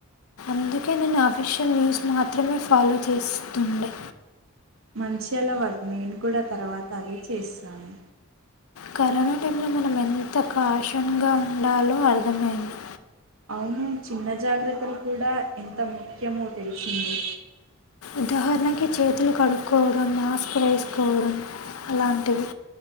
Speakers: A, on the left (about 80°); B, on the right (about 65°).
A: అందుకే నేను అఫీషియల్ న్యూస్ మాత్రమే ఫాలో చేస్తుండే
B: మంచి అలవాట్ నేన్ కూడ తర్వాత అదే చేస్తాను
A: కరోనా టైమ్లో మనం ఎంత కాషన్గా ఉండాలో అర్థమైంది
B: అవును చిన్న జాగ్రత్తలు కూడ ఎంత ముఖ్యమో తెలిసింది
A: ఉదాహరణకి చేతులు కడుక్కోవడం మాస్క్ వేసుకోవడం అలాంటివి